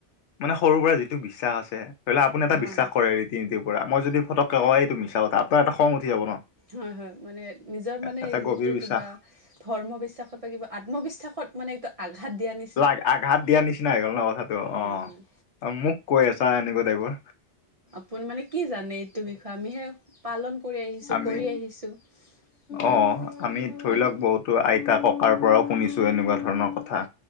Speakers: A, on the left; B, on the right.
A: মানে সৰুৰ পৰা যিটো বিশ্বাস আছে ধৰি ললে আপুনি এটা
B: হয়
A: বিশ্বাস কৰে। তিনিটিৰ পৰা ম ই যদি ফটকৈওঁ এই তো মিছা কথা। আপোনাৰ এটা খং উঠি যাব ন
B: হয়, হয় মানে নিজৰ মানে
A: এটা
B: যিটো
A: গভীৰ বিশ্বাস
B: কিবা ধৰ্ম বিশ্বাসত কিবা আত্মবিশ্বাসত মানে এইটো আঘাত দিয়া নিচনা
A: লা আঘাত দিয়া নিচিনা হৈ গ'ল নহ কথাটো অ',
B: হয়, হয়।
A: মোক কৈ আছা এনেকুৱা টাইপৰ
B: আপ মানে কি জানে এইটো বিষয়ে আমিহে পালন কৰি আহিছোঁ,
A: আমি
B: কৰি আহিছোঁ ত
A: অ আমি ধৰি
B: আপ-
A: লওঁক বহুতো আইতা ককাৰ পৰাও শুনিছোঁ এনেকুৱা ধৰণৰ কথা